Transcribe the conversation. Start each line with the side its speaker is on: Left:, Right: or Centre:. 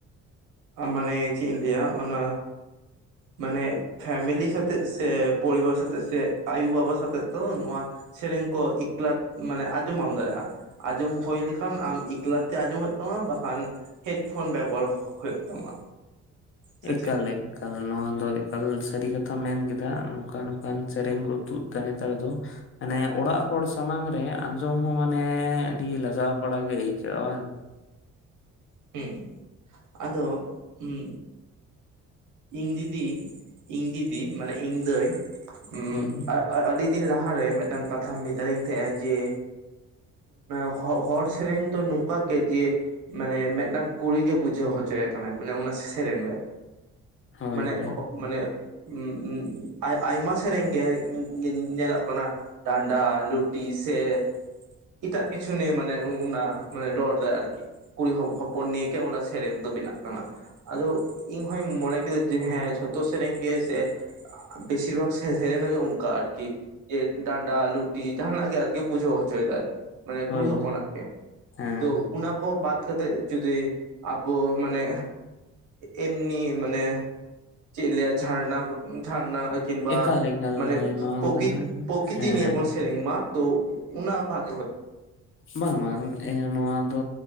Right: ᱟ ᱢᱟᱱᱮ ᱪᱮᱫ ᱤᱧ ᱞᱟᱹᱭᱟ ᱚᱱᱟ ᱢᱟᱱᱮ ᱯᱷᱮᱢᱮᱞᱤ ᱥᱟᱛᱮᱜ ᱥᱮ ᱯᱚᱨᱤᱵᱟᱨ ᱥᱟᱛᱮᱜ ᱥᱮ ᱟᱹᱭᱩ ᱵᱟᱵᱟ ᱥᱟᱛᱮᱜ ᱫᱚ ᱱᱚᱣᱟ ᱥᱮᱨᱮᱧ ᱠᱚ ᱮᱠᱞᱟᱛ ᱢᱟᱱᱮ ᱟᱸᱡᱚᱢ ᱵᱟᱢ ᱫᱟᱲᱮᱭᱟᱜ-ᱟ᱾ ᱟᱸᱡᱚᱢ ᱦᱳᱭ ᱞᱮᱠᱷᱟᱱ ᱟᱢ ᱮᱠᱞᱟᱛᱮ ᱟᱸᱡᱚᱢ ᱦᱳᱭᱳᱜ ᱛᱟᱢᱟ ᱵᱟᱠᱷᱟᱱ ᱦᱮᱰᱯᱷᱳᱱ ᱵᱮᱵᱚᱦᱟᱨ ᱦᱳᱭᱳᱜ ᱛᱟᱢᱟ᱾ ᱥᱮ
Left: ᱮᱠᱟᱞ
Right: ᱪᱮᱫ
Left: ᱮᱠ᱾ ᱠᱟᱞ ᱱᱚᱣᱟ ᱫᱚ ᱮᱠᱟᱞ ᱥᱟᱹᱨᱤ ᱠᱟᱛᱷᱟ ᱢᱮᱱ ᱠᱮᱫᱟ ᱱᱚᱝᱠᱟ ᱱᱚᱝᱠᱟᱱ ᱥᱮᱨᱮᱧ ᱠᱚ ᱛᱩᱫ ᱫᱟ ᱱᱮᱛᱟᱨ ᱫᱚ ᱦᱟᱱᱮ ᱚᱲᱟᱜ ᱦᱚᱲ ᱥᱟᱢᱟᱝ ᱨᱮ ᱟᱸᱡᱚᱢ ᱦᱚᱸ ᱢᱟᱱᱮ ᱟᱹᱰᱤ ᱞᱟᱡᱟᱣ ᱯᱟᱲᱟ ᱜᱮ ᱟᱹᱭᱠᱟᱹᱜ-ᱟ ᱵᱟᱝ?
Right: ᱦᱩᱸ ᱟᱫᱚ ᱩᱸ ᱤᱧ ᱫᱤᱫᱤ ᱤᱧ ᱫᱤᱫᱤ ᱢᱟᱱᱮ ᱤᱧ ᱫᱟᱹᱭ ᱩᱸ
Left: ᱦᱳᱭ
Right: ᱟᱨ ᱟᱹᱰᱤ ᱫᱤᱱ ᱞᱟᱦᱟᱨᱮ ᱢᱮᱫᱴᱟᱝ ᱠᱟᱛᱷᱟ ᱢᱮᱛᱟᱫᱤᱧ ᱛᱟᱦᱮᱸᱜᱟᱭ ᱡᱮ <unintelligible> ᱦᱚᱲ ᱥᱮᱨᱮᱧ ᱫᱚ ᱱᱚᱝᱠᱟ ᱜᱮ ᱡᱮ ᱢᱟᱱᱮ ᱢᱫᱫᱴᱟᱝ ᱠᱩᱲᱤ ᱜᱮ ᱵᱩᱡᱷᱟᱹᱣ ᱦᱚᱪᱚᱭᱮ ᱠᱟᱱᱟᱭ, ᱢᱟᱱᱮ ᱚᱱᱟ ᱥᱮᱨᱮᱧ ᱨᱮ
Left: ᱦᱳᱭ
Right: ᱢᱟᱱᱮ
Left: ᱦᱳᱭ
Right: ᱢᱟᱱᱮ <inaudible> ᱟᱭᱢᱟ ᱥᱮᱨᱮᱧ ᱜᱮ <inaudible> ᱧᱮᱞᱚᱜ ᱠᱟᱱᱟ᱾ ᱰᱟᱸᱰᱟ ᱞᱩᱴᱤ ᱥᱮ ᱮᱴᱟᱜ ᱠᱤᱪᱷᱩ ᱱᱤᱭᱮ ᱢᱟᱱᱮ <inaudible> ᱢᱟᱱᱮ ᱨᱚᱲ ᱫᱟᱭ ᱟᱨᱠᱤ ᱠᱩᱲᱤ ᱦᱚᱯ ᱦᱚᱯ ᱯᱚᱱ ᱱᱤᱭᱟᱹᱜᱮ ᱚᱱᱟ ᱥᱮᱨᱮᱧ ᱫᱚ ᱵᱮᱱᱟᱜ ᱠᱟᱱᱟ᱾ ᱟᱫᱚ ᱤᱧ ᱦᱚᱧ ᱢᱚᱱᱮ ᱠᱮᱫᱟ ᱡᱮ ᱦᱮᱸ ᱡᱷᱚᱛᱚ ᱥᱮᱨᱮᱧ ᱜᱮ ᱥᱮ ᱵᱮᱥᱤᱨ ᱵᱷᱟᱜ ᱥᱮ ᱥᱮᱨᱮᱧ ᱨᱮᱜᱮ ᱚᱝᱠᱟ ᱟᱨᱠᱤ ᱡᱮ ᱰᱟᱸᱰᱟ ᱞᱩᱴᱤ ᱡᱟᱦᱟᱱᱟᱜ ᱜᱮ ᱟᱨᱠᱤ ᱵᱩᱡᱷᱟᱹᱣ ᱦᱚᱪᱚᱭᱫᱟᱭ᱾ ᱢᱟᱱᱮ
Left: ᱦᱳᱭ
Right: ᱠᱩᱲᱤ ᱦᱚᱯᱚᱱᱟᱜ ᱜᱮ
Left: ᱦᱮᱸ
Right: ᱛᱚ ᱚᱱᱟ ᱠᱚ ᱵᱟᱫ ᱠᱟᱛᱮᱫ ᱡᱩᱫᱤ ᱟᱵᱚ ᱢᱟᱱᱮ ᱮᱢᱱᱤ ᱢᱟᱱᱮ ᱪᱮᱫ ᱤᱧ ᱞᱮᱭᱟ ᱡᱷᱟᱨᱱᱟ ᱠᱚ ᱡᱷᱟᱨᱱᱟ ᱠᱤᱱᱵᱟ
Left: ᱮᱠᱟᱞ ᱮᱠᱟᱞ
Right: ᱢᱟᱱᱮ
Left: ᱱᱚᱣᱟ
Right: ᱯᱚᱠᱤ
Left: ᱫᱚ ᱦᱟᱸᱜ
Right: ᱯᱚᱠᱤᱛᱤ
Left: ᱦᱮᱸ
Right: ᱱᱤᱭᱮ ᱵᱚᱱ ᱥᱮᱨᱮᱧ ᱢᱟ ᱛᱚ ᱚᱱᱟ ᱵᱷ
Left: ᱵᱟᱝ ᱵᱟᱝ ᱱᱚᱣᱟ ᱫᱚ